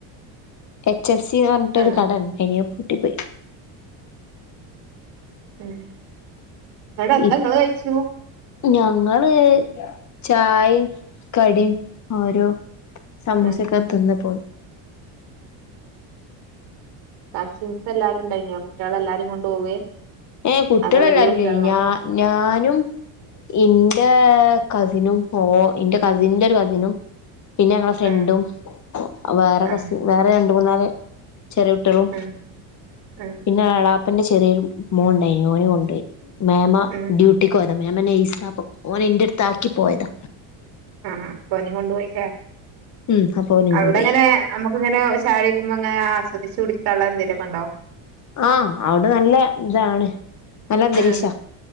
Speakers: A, on the left (about 40°); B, on the right (about 65°).
A: എച്ച് എഫ് സി എന്ന് പറഞ്ഞിട്ട്
B: ആഹ്
A: ഒരു കടഇണ്ടായി നെ അത് പൂട്ടിപ്പോയി.
B: മഹ് അടെ എന്തങ്ങള്കഴിച്ചു.
A: ഇപ് ഞങ്ങള് ചായയും കടിയും ഓരോ. സമൂസക്കെത്തിന്ന
B: ആഹ്
A: പോ
B: മ്ഹ്കസിൻസ് എല്ലാരുംണ്ടായിന കുട്ടികളെ എല്ലാരേും കൊണ്ടു പോവേ
A: ഏഹ് കുട്ടികളല്ലാവില്ലേ
B: അതോ വല്യ കുട്ടികള് മാത്രോ
A: ഞാ ഞാനും. ഇന്റെ കസിനും ഓഹ ഇന്റെ കസിന്റെ ഒരു കസിനും. പിന്നെ ഞങ്ങളെ ഫ്രണ്ടും
B: ആഹ്
A: വേറെ
B: ആഹ്
A: കസി വേറെ രണ്ട് മൂന്നാല് ചെറിയ ട്ടളും
B: ആഹ് ആഹ്
A: പിന്നെ എളാപ്പന്റെ ചെറിയൊരു മോനുണ്ടായി ഓന കൊണ്ടോയി മാമ
B: ആഹ്
A: ഡ്യൂട്ടിക്ക് പോയതാ മാമ എന്നെ നേഴ്സ അപ്പ ഓൻ എന്റെടുത്ത് ആക്കി പോയതാ.
B: ആഹ് പനി കൊണ്ടു പോയിട്ടേ
A: ഉം അപ്പൊ ഓനിം
B: അവിടെങ്ങനെ
A: കൊണ്ടോയി
B: നമ്മുക്ക് ഇങ്ങനെ ഒരു <unintelligible> <unintelligible> ആസ്വദച്ച് കുടിക്കാനുള്ള എന്തേലൊക്കെ ഉണ്ടോ.
A: ആഹ് അവിടെ നല്ല ഇതാണ് നല്ല അന്തരീക്ഷ.
B: ആഹ്